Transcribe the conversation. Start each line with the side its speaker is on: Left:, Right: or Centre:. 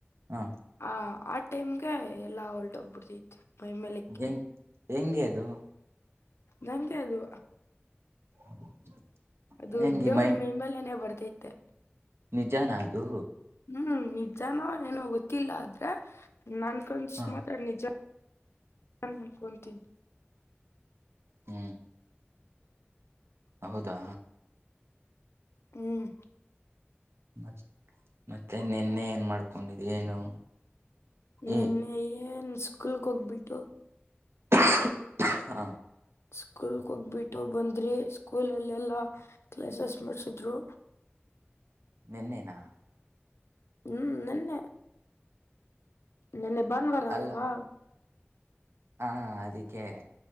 Right: ಹಾ
Left: ಆ ಆ ಟೈಮ್ಗೆ ಎಲ್ಲಾ ಹೊಲ್ಟೊಬ್ಬಿಡ್ದಿತ್ತು ಮೈ ಮೇಲೆ ಎಕ್ಕಿರದು
Right: ಹೆಂಗ್ ಹೆಂಗೆ ಅದು
Left: ನನ್ಗೆ ಅದು
Right: <inaudible>
Left: ಅದು
Right: ಹೆಂಗೆ
Left: ದೇವ್ರ್
Right: ಮೈ
Left: ಮೈಮೇಲೆನೆೇ ಬರ್ತೈತೆ
Right: ನಿಜಾನದು
Left: ಹೂ ನಿಜಾನೋ ಏನೋ ಗೊತ್ತಿಲ್ಲ ಆದ್ರೆ ನನ್ ಕನ್ಸ್
Right: ಹ
Left: ಮಾತ್ರ ನಿಜಾ ನಾನು ಮಲ್ಕೊಳ್ತೀನಿ
Right: ಹೂ ಹೌದಾ
Left: ಹ್ಮ್
Right: ಮತ್ ಮತ್ತೆ ನಿನ್ನೆ ಏನ್ ಮಾಡ್ಕೊಂಡಿದ್ ಏನು
Left: ನೆನ್ನೆ
Right: ಈ
Left: ಏನ್ ಸ್ಕೂಲ್ಗ್ ಹೋಗ್ಬಿಟ್ಟು
Right: <unintelligible> ಹಾ
Left: ಸ್ಕೂಲ್ಗೆ ಹೋಗ್ಬಿಟ್ಟು ಬಂದ್ರಿ ಸ್ಕೂಲ್ಲ್ಲ ಎಲ್ಲಾ ಕ್ಲಾಸ್ ಮಾಡ್ಸಿದ್ರು
Right: ನೆನ್ನೆನಾ
Left: ಹೂ ನೆನ್ನೆ ನೆನ್ನೆ ಬನ್ವಾರ
Right: ಅಲ್ಲ
Left: ಅಲ್ವಾ
Right: ಹಾ ಅದಿಕ್ಕೆ